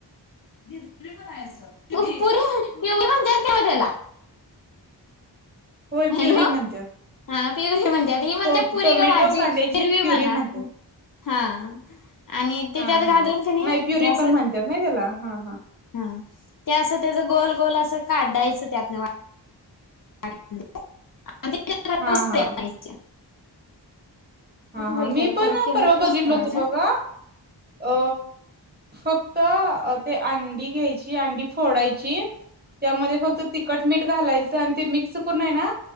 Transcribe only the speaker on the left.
पुरी पिववी म्हणतात केव त्याला
हॅलो
ह ते म्हण ह म्हण
पुरी
का भाजी
हिरवी
म्हणा
हा आणि ते
त्यात
घालून क नाही
त्या अस
हा ते असं त्याच गोल गोल असं काढायचं त्यातन <inaudible>
बघितलेलं
कर केलेलं